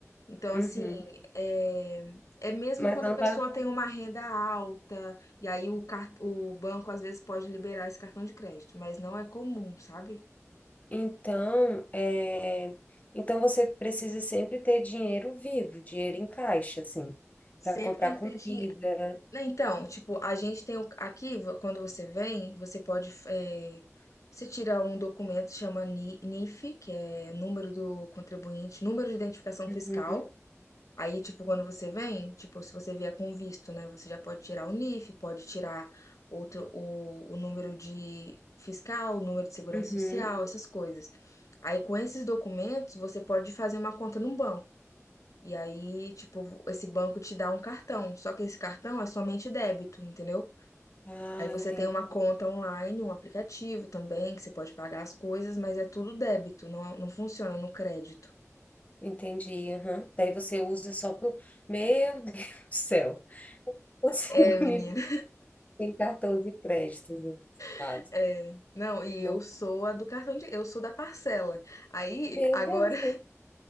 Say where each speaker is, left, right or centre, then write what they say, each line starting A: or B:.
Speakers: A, on the left; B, on the left.
A: Então,
B: Uhum.
A: assim, é, é mesmo
B: Mas
A: quando
B: não
A: a pessoa
B: dá.
A: tem uma renda alta, e aí o, car- o banco às vezes pode liberar esse cartão de crédito, mas não é comum, sabe?
B: Então, é, então você precisa sempre ter dinheiro vivo, dinheiro em caixa, assim,
A: Sempre
B: para comprar
A: tem que
B: comida.
A: ter dinheiro Né, Então, tipo, a gente tem o- aqui, vo- quando você vem, você pode, eh, você tira um documento que chama NI- NIF, que é o número do contribuinte, número de identificação
B: Uhum.
A: fiscal. Aí, tipo, quando você vem, tipo, se você vier com visto, né, você já pode tirar o NIF, pode tirar outro, o, o número de fiscal, o número de segurança
B: Uhum.
A: social, essas coisas. Aí, com esses documentos, você pode fazer uma conta num banco. E aí, tipo, esse banco te dá um cartão, só que esse cartão é somente débito, entendeu?
B: Ah,
A: Aí você
B: entendi.
A: tem uma conta online, um aplicativo também, que você pode pagar as coisas, mas é tudo débito, não, não funciona no crédito.
B: Entendi. aham. Daí você usa só pro. Meu <laughs> Deus do céu. consigo
A: É,
B: <laughs>
A: menina,
B: me ver sem cartão de crédito, gente. amado.
A: <laughs> é. Não, e
B: Não.
A: eu sou a do cartão de, eu sou da parcela. Aí,
B: Meu
A: agora
B: Deus, né?